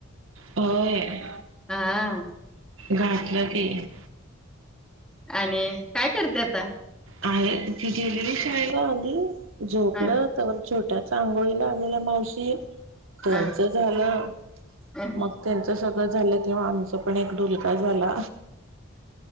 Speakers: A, on the right; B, in the centre.
A: होयं
B: हा
A: घातलं की-
B: आणि कायं करते आंता
A: आहे तिची गेलेलीचं नायं कां अजूंन झोपलं
B: ह
A: तरं छोट्यांची आंघोळीला आलेला मावशी- त्यांच
B: ह
A: झालं
B: हा
A: मंग त्यांचं सगळं झालं किंवा आमचां पणं एक ढुंलका झालां